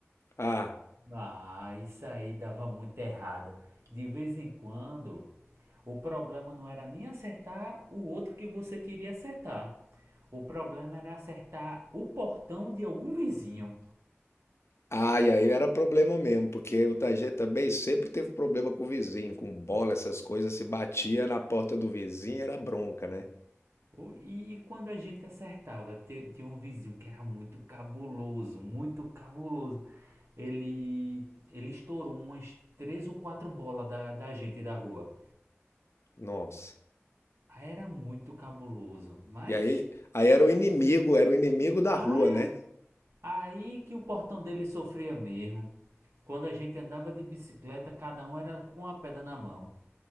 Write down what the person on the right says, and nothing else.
Ah, isso aí dava muito errado. De vez em quando, o problema não era nem acertar o outro que você queria acertar. O problema era acertar o portão de algum vizinho.
O- E quando a gente acertava, te- tinha um vizinho que era muito cabuloso, muito cabuloso. Ele, ele estourou umas três ou quatro bolas da, da gente da rua.
Aí era muito cabuloso, mas.
Ah,
Aí que o portão dele sofria mesmo. Quando a gente andava de bicicleta, cada um era com uma pedra na mão.